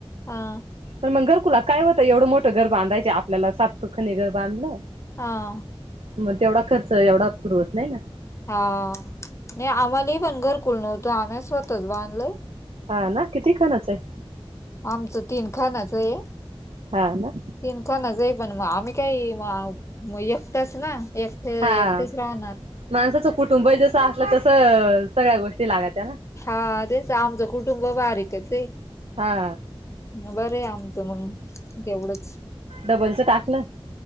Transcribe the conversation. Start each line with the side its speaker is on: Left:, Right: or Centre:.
Left: हा
Right: तर मग घरकुलात काय होतं एवढं मोठं घर बांधायचे आपल्याला सात खनी घर बांधलं
Left: हा
Right: मग तेवढा खर्च एवढा पुरवत नाही ना
Left: हा नाही आम्हाला पण घरकुल नव्हतं आमही स्वतःच बांधलय
Right: हा ना किती खनाच आहे
Left: आमचं तीन खानाचं आहे
Right: हा ना
Left: तिन खणाचं पण मग आम्ही काही एकटच ना एकटे
Right: हा
Left: एकटेच राहणार
Right: माणसाचं कुटुंब जस असलं तस सगळ्या गोष्टी लागत या ना
Left: हा तेच आमचं कुटुंब बारीकच आहे
Right: हा
Left: बरे आमच मग तेवढंच
Right: डबलच टाकलं